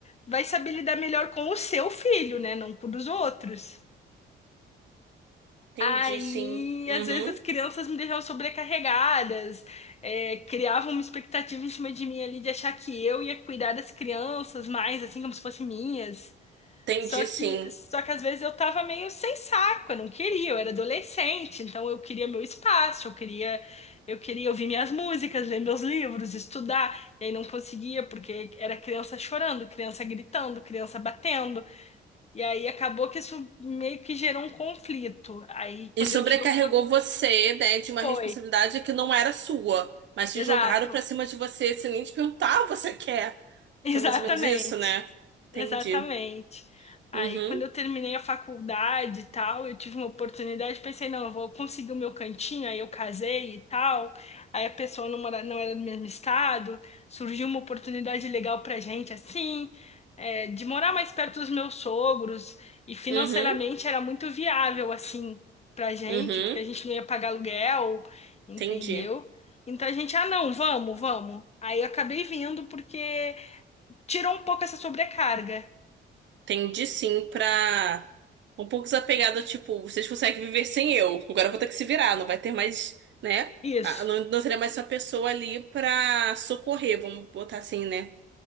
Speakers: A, on the left; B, on the right.
A: vai saber lidar melhor com o seu filho, né, não com o dos outros.
B: entendi
A: Aí,
B: sim. Uhum,
A: às vezes as crianças me deixavam sobrecarregadas, é, criavam uma expectativa em cima de mim ali de achar que eu ia cuidar das crianças mais, assim, como se fossem minhas.
B: entendi
A: Só que,
B: sim.
A: só que às vezes eu tava meio sem saco, eu não queria, eu era adolescente, então eu queria meu espaço, eu queria, eu queria ouvir minhas músicas, ler meus livros, estudar, e aí não conseguia, porque era criança chorando, criança gritando, criança batendo. E aí acabou que isso meio que gerou um conflito. Aí quando
B: E sobrecarregou
A: eu tive a opor-
B: você, né, de uma
A: foi,
B: responsabilidade que não era sua, mas te
A: exato,
B: jogaram pra cima de você sem nem te perguntar o que você quer.
A: <laughs> exatamente.
B: Foi mais ou menos isso, né? Entendi.
A: Exatamente. Aí,
B: Uhum,
A: quando eu terminei a faculdade e tal, eu tive uma oportunidade, pensei, não, eu vou conseguir o meu cantinho, aí eu casei e tal. Aí a pessoa não mora, não era do mesmo estado, surgiu uma oportunidade legal pra gente, assim, é, de morar mais perto dos meus sogros, e financeiramente
B: uhum,
A: era muito viável, assim, pra gente,
B: uhum.
A: porque a gente não ia pagar aluguel, entendeu?
B: Entendi.
A: Então a gente, ah, não, vamos, vamos. Aí eu acabei vindo porque tirou um pouco essa sobrecarga.
B: Entendi sim, pra um pouco desapegada, tipo, vocês conseguem viver sem eu. Agora eu vou ter que se virar, não vai ter mais, né?
A: Isso,
B: Ah, Não, não teria mais essa pessoa ali pra socorrer, vamos botar assim, né?